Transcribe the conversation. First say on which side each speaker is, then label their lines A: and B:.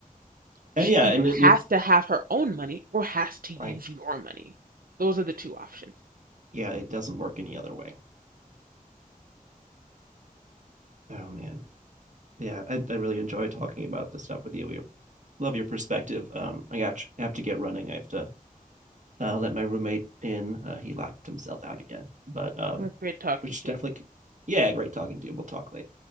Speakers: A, on the right; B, on the right.
A: She
B: And yeah,
A: either
B: and it,
A: has
B: it
A: to have her own money or has to use
B: right.
A: your money. Those are the two options.
B: Yeah, it doesn't work any other way. Oh man, yeah, I, I really enjoy talking about this stuff with you. We love your perspective. Um, I have to, have to get running. I have to uh, let my roommate in. Uh, he locked himself out again, but um,
A: It was great talking
B: we should
A: to
B: definitely,
A: you.
B: yeah, great talking to you. We'll talk later.